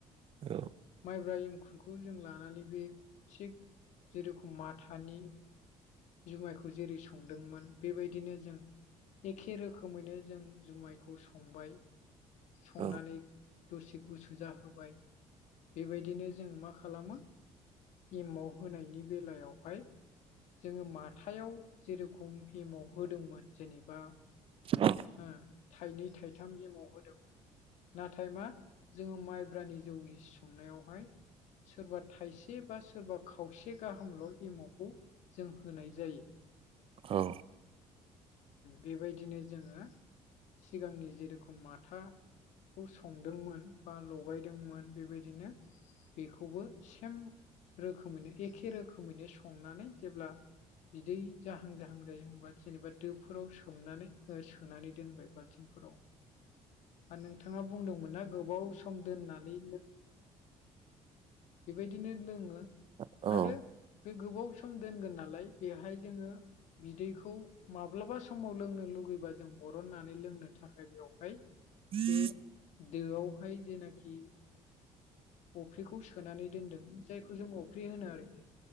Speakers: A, on the right (about 50°); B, on the left (about 70°).
A: औ
B: माइब्रा एंखुरखौ जों लानानै बे थिग जेरखम माथानि जुमायखौ जेरै संदोंमोन। बेबायदिनो जों एखे रोखोमैनो जों जुमायखौ संबाय। संनानै
A: औ
B: दसे गुसु जाहोबाय बेबायदिनो जों मा खालामो एमाव होनायनि बेलायावहाय जोङो माथायाव जेरोखम एमाव होदोंमोन जेनेबा
A: औ
B: ओं थाइनै थाइथाम एमाव होदोंमोन। नाथाय मा जोङो माइब्रानि जौ गिसि संनायावहाय सोरबा थाइसे बा सोर सोरबा खावसे गाहामल' एमावखौ जों होनाय जायो
A: औ
B: बेबायदिनो जोङो सिगांनि जेरोखम माथाखौ संदोंमोन बा लगायदोंमोन बेबायदिनो बेखौबो सेम रोखोमैनो एखे रोखोमैनो संनानै जेब्ला बिदै जाहां जाहां जायो होनोमबा जेनेबा दोफोराव सोमनानै सोनानै दोनबाय बाल्थिंफोराव
A: <unintelligible>
B: नोंथाङा बुंदोंमोन ना गोबाव सम दोननानै बेबायदिनो लोङो
A: औ
B: आरो बे गोबाव सम दोनगोन नालाय बेहाय जोङो बिदैखौ माब्लाबा समाव लोंनो लुगैबा जों बरननानै लोंनो थाखाय बेवहाय
A: <unintelligible>
B: बे दोआवहाय जेनाखि अफ्रिखौ सोनानै दोनदों जायखौ जों अफे होनो आरोखि